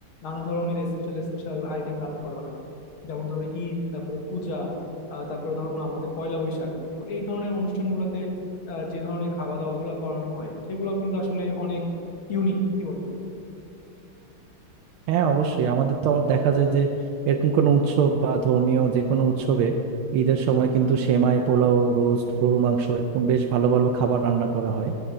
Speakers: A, on the left; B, on the right.
A: নানা ধরনের স্পেশাল স্পেশাল আইটেম রান্না করা হয় যেমন ধরো ঈদ তারপরে পূজা আহ, তারপরে ধরো না আমাদের পয়লা বৈশাখ তো এই ধরনের অনুষ্ঠানগুলোতে আহ, যে ধরনের খাওয়া দাওয়া গুলো করানো হয় সেগুলোও কিন্তু আসলে অনেক ইউনিক কি বলবো
B: হ্যাঁ অবশ্যই আমাদের তো আর দেখা যায় যে এরকম কোনো উৎসব বা ধর্মীয় যে কোনো উৎসবে ঈদের সময় কিন্তু সেমাই পোলাও রোস্ট গরু মাংস এরকম বেশ ভালো ভালো খাবার রান্না করা হয়